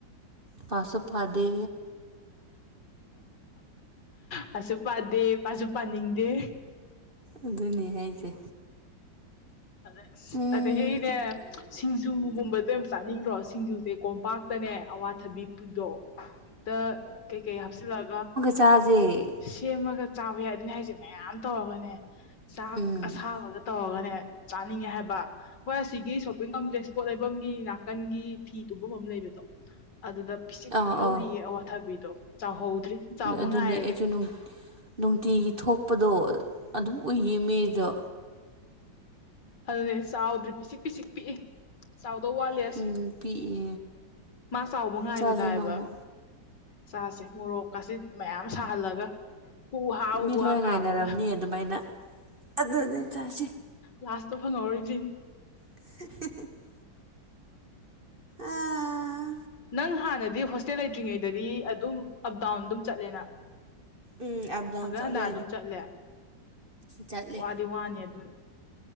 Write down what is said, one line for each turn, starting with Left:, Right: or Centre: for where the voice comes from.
Right: ꯄꯥꯁ ꯐꯥꯗꯦ
Left: ꯃꯥꯁꯨ ꯄꯥꯗꯦ ꯃꯥꯁꯨ ꯄꯥꯅꯤꯡꯗꯦ
Right: ꯑꯗꯨꯅꯦ ꯍꯥꯏꯁꯦ
Left: ꯑꯁ
Right: ꯎꯝ
Left: ꯑꯗꯒꯤꯅꯦ ꯁꯤꯡꯖꯨꯒꯨꯝꯕꯗꯣ ꯌꯥꯝ ꯆꯥꯅꯤꯡꯗ꯭ꯔꯣ ꯁꯤꯡꯖꯨꯁꯦ ꯀꯣ ꯄꯥꯛꯇꯅꯦ ꯑꯋꯥꯊꯕꯤꯗꯣ ꯍꯦꯛꯇ ꯀꯩꯀꯩ ꯍꯥꯞꯆꯤꯜꯂꯛꯒ
Right: ꯆꯖꯦ
Left: ꯁꯦꯝꯃꯒ ꯆꯥꯕ ꯌꯥꯗꯅꯤ ꯍꯥꯏꯁꯦ ꯃꯌꯥꯝ ꯇꯧꯔꯒꯅꯦ ꯆꯥꯛ
Right: ꯎꯝ
Left: ꯑꯁꯥꯕꯒ ꯇꯧꯔꯒꯅꯦ ꯆꯥꯅꯤꯡꯉꯦ ꯍꯥꯏꯕ ꯍꯣꯏ ꯑꯁꯤꯒꯤ ꯁꯣꯞꯄꯤꯡ ꯀꯝꯄ꯭ꯂꯦꯛꯁ ꯄꯣꯠ ꯂꯩ ꯇꯨꯝꯐꯝꯒꯤ ꯅꯥꯀꯟꯒꯤ ꯐꯤ ꯇꯨꯐꯝ ꯑꯃ ꯂꯩꯕꯗꯣ ꯑꯗꯨꯗ ꯄꯤꯁꯤꯛ
Right: ꯑꯥ
Left: ꯄꯤꯛꯍꯧꯔꯤꯌꯦ
Right: ꯑꯥ
Left: ꯑꯋꯥꯊꯕꯤꯗꯣ ꯆꯥꯎꯍꯧꯗ꯭ꯔꯤ ꯆꯥꯎꯕ
Right: ꯑꯗꯨꯅꯦ
Left: ꯉꯥꯏꯔꯒꯦ
Right: ꯑꯩꯁꯨ ꯅꯨꯡꯇꯤꯒꯤ ꯊꯣꯛꯄꯗꯣ ꯑꯗꯨꯝ ꯎꯏꯌꯦ ꯃꯤꯗꯣ
Left: ꯑꯗꯨꯅꯦ ꯆꯥꯎꯗ꯭ꯔꯔꯤ ꯄꯤꯁꯤꯛ ꯄꯤꯁꯤꯛ ꯄꯤꯛꯏ ꯆꯥꯎꯗꯧ ꯋꯥꯠꯂꯦꯁꯦ
Right: ꯎꯝ ꯄꯤꯛꯏ
Left: ꯃꯥ ꯆꯥꯎꯕ ꯉꯥꯏꯕꯗꯥꯏꯕ
Right: ꯆꯥꯁꯦ ꯅꯣꯡꯃ
Left: ꯆꯥꯁꯦ ꯃꯣꯔꯣꯛ ꯀꯥꯁꯤ ꯃꯌꯥꯝ ꯁꯥꯍꯜꯂꯒ ꯍꯨꯍ ꯍꯨꯍ
Right: ꯃꯤ ꯂꯣꯏ
Left: ꯀꯥꯝꯃꯒ
Right: ꯉꯥꯏꯅꯔꯝꯅꯤ ꯑꯗꯨꯃꯥꯏꯅ ꯑꯗꯨꯅꯦ ꯆꯥꯁꯦ
Left: ꯂꯥꯁꯇꯣ ꯐꯪꯍꯧꯔꯣꯏꯗꯣꯏꯅꯦ
Right: <unintelligible> ꯑꯥ
Left: ꯅꯪ ꯍꯥꯟꯅꯗꯤ ꯍꯣꯁꯇꯦꯜ ꯂꯩꯇ꯭ꯔꯤꯉꯩꯗꯗꯤ ꯑꯗꯨꯝ ꯑꯞ ꯗꯥꯎꯟ ꯑꯗꯨꯝ ꯆꯠꯂꯦꯅ
Right: ꯎꯝ ꯑꯞ ꯗꯥꯎꯟ
Left: ꯍꯪꯀꯠ
Right: ꯆꯠꯂꯦ
Left: ꯍꯟꯗ ꯑꯗꯨꯝ ꯆꯠꯂꯦ
Right: ꯆꯠꯂꯦ
Left: ꯋꯥꯗꯤ ꯋꯥꯅꯤ ꯑꯗꯨꯅ